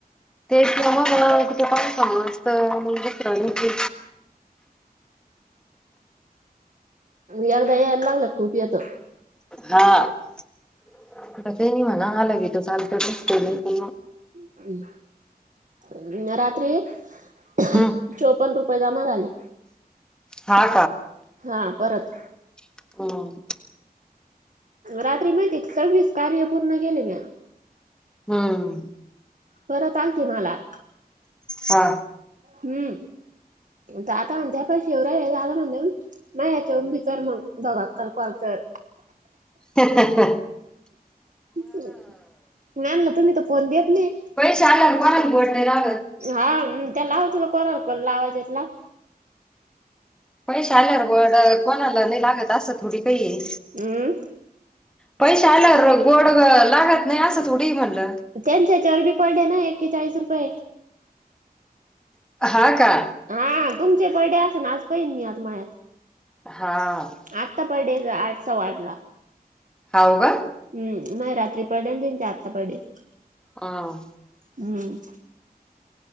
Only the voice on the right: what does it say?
एकदा यायला लागलं का खूप येतं.
ह. हा रात्री ह्या
चोपन्न रुपये जमा झाले
हा परत
रात्री माहिती सव्वीस कार्य पूर्ण केले मी
परत आल ते मला
हम् तर आता म्हणते आपण शिवराय आता म्हणते म्ह म या्याच्यावरून भी कर मग दोघा काल कॉल कर.
नाहीम ना तुम्ही तर फोन देत नाही.
हा. त्या लाव तुला कोार करण लावाजतला
हमं.
त्यांनच्या चवर बी पडले ना एके चाळीस रुपये
हा तुमचे बडडे अस ना आज पहिन मी आता मळ्यात
आत्ता पडे ग आजचा वाटला.
हम् मग रात्री पडे आणि त्यांच्या आत्ता पडेल.
हम्म.